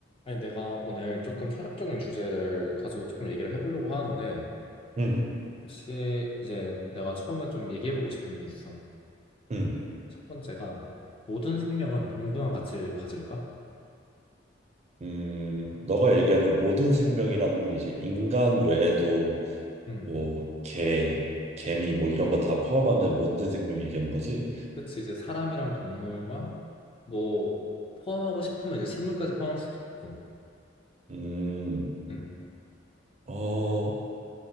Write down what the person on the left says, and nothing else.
아니, 내가 오늘 조금 철학적인 주제를 가지고 조금 얘기를 해보려고 하는데,
혹시 이제 내가 처음에 좀 얘기해보고 싶은 게 있어.
첫 번째가, 모든 생명은 동등한 가치를 가질까?
음
그치, 이제 사람이랑 동물과 뭐, 포함하고 싶으면 이제 식물까지 포함할 수도 있고,
음